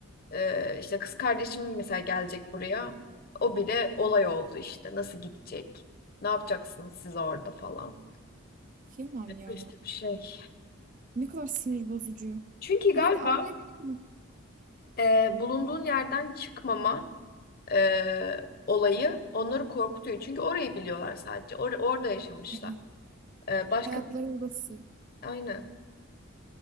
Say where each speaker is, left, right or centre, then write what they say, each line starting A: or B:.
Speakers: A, on the left (about 45°); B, on the right (about 35°).
A: e, işte kız kardeşim mesela gelecek buraya o bile olay oldu işte nasıl gidecek ne yapacaksınız siz orada falan
B: Okuyamam
A: Evet,
B: ya.
A: kötü bir şey.
B: Ne kadar sinir bozucu.
A: Çünkü galiba
B: Ya hadi anlayabilirim.
A: e, bulunduğun yerden çıkmama e, olayı onları korkutuyor çünkü orayı biliyorlar sadece Or- orada yaşamışlar
B: evet
A: E, başka
B: Hayatları orası.
A: aynen